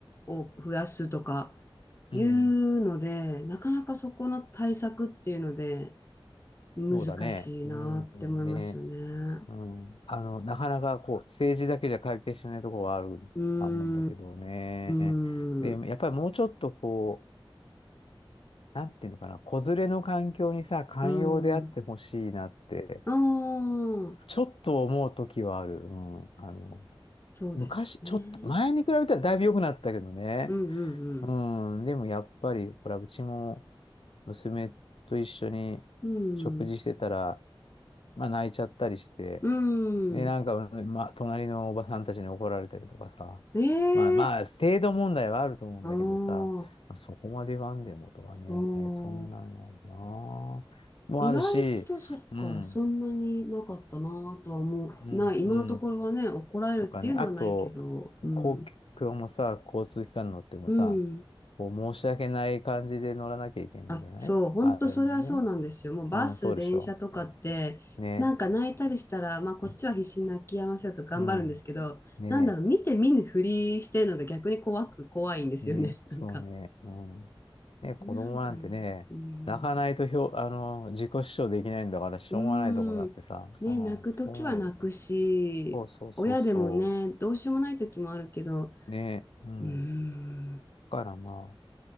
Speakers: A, on the left; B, on the left.
A: を増やすとか
B: うん、
A: いうので、なかなかそこの対策っていうので、難しいなって思いますよね。
B: そうだね。うん、ねえうん。あの、なかなかこう、政治だけじゃ解決しないところはあると思うんだけどね。
A: うーん、うーん、
B: で、やっぱりもうちょっとこ
A: う
B: う、なんていうのかな、子連れの環境にさ、寛容であってほしいなって、
A: ーん。ああ、
B: ちょっと思うときはある。うん。あの、
A: そうですね。
B: 昔、ちょっと、前に比べたらだいぶ良くなったけどね。
A: うんうん
B: うん。でもやっぱり、ほら、うちも娘と一緒に
A: うん。
B: 食事してたら、まあ泣いちゃったりして、
A: うん、
B: で、
A: うん。
B: なんか、ま、隣のおばさんたちに怒られたりとかさ。
A: ええ
B: まあまあ、程度問題はあると思うんだけどさ、
A: ー、ああ、お
B: まあそこまで言わんでもとかね、
A: ー
B: そんなんはなあ、もあるし、
A: 意外とそっか、
B: うん、
A: そんなになかったなぁとは思う。
B: うん、
A: ない、今のところはね、
B: うん、
A: 怒られるっていうのはないけど、
B: とかね、あと、
A: うん。
B: 公共もさ、交通機関乗ってもさ、
A: うん。
B: こう申し訳ない感じで乗らなきゃいけないじゃないある意味ね。
A: あ、そう、本当それはそうなんですよ。もうバス、
B: うん、そうでしょ。
A: 電車とかって、
B: ね、
A: なんか泣いたりしたら、まあこっちは必死に泣き止ませようと頑張るんですけど、
B: うん、ね
A: なんだろう、見て見ぬふりしてるのが逆に怖く、怖いんですよね。
B: ね、
A: <laughs> なんか、
B: そうね、うん。ね、子供なんてね、
A: なんかね、うん。
B: 泣かないとひょ、あの、自己主張できないんだから、しょうがないところだってさ、
A: うーん。
B: うん、
A: ね、
B: そう思うよ。
A: 泣くときは泣くし、
B: そうそうそうそ
A: 親でもね、どうしようもないときもあるけど、
B: う。ね、うん。
A: うーん。
B: だからまあ、